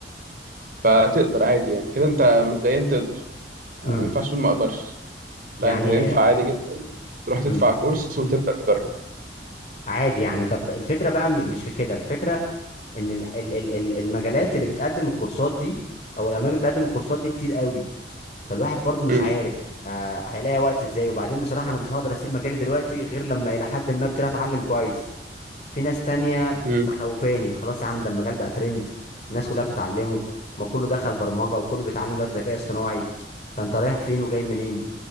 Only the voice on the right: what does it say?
فتقدر عادي يعني كده انت مبدئيا تقدر آه،
ما ينفعش تقول ما اقدرش لا
انت ينفع عادي جدا تروح تدفع
كورس وتبدا تجرب
امم
امم